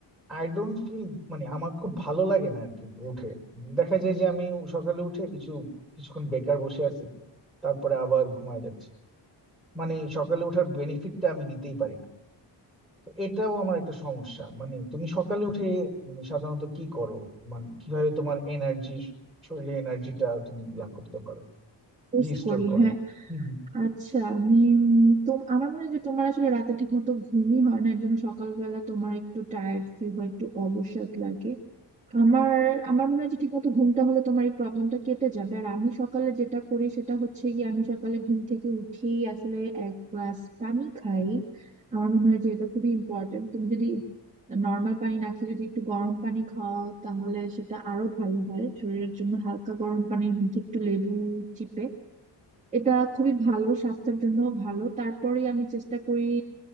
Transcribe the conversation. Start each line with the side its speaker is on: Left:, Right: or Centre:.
Centre: আই ডোন্ট ফিল মানে আমার খুব ভালো লাগে না আর কি উঠে দেখা যায় যে আমি সকালে উঠে কিছু কিছুক্ষণ বেকার বসে আছি তারপরে আবার ঘুমায় যাচ্ছে মানে সকালে ওঠার বেনিফিটটা আমি নিতেই পারি না তো এটাও আমার একটা সমস্যা মানে তুমি সকালে উঠে মানে সাধারণত কি করো মানে কিভাবে তোমার এনার্জি শরীরে এনার্জিটা তুমি লাভ করতে পারো
Right: পোস্ট
Centre: রিস্টোর
Right: করি
Centre: করো
Right: হ্যাঁ
Centre: হুম, হুম,
Right: আচ্ছা আমি উম, তো আমার মনে হয় যে তোমার আসলে রাতে ঠিক মতো ঘুমই হয় না এর জন্য সকালবেলা তোমার একটু টায়ার্ড ফিল হয় একটু অবসাদ লাগে আমার আমার মনে হয় যে ঠিকমতো ঘুমটা হলে তোমার এই প্রবলেমটা কেটে যাবে আর আমি সকালে যেটা করি সেটা হচ্ছে কি আমি সকালে ঘুম থেকে উঠেই আসলে এক গ্লাস পানি খাই আমার মনে হয় যে এটা খুবই ইম্পর্টেন্ট তুমি যদি নর্মাল পানি না খেয়ে যদি একটু গরম পানি খাও তাহলে সেটা আরো ভালো হয় শরীরের জন্য হালকা গরম পানির মধ্যে একটু লেবু চিপে এটা খুবই ভালো স্বাস্থ্যের জন্য ভালো তারপরে আমি চেষ্টা করি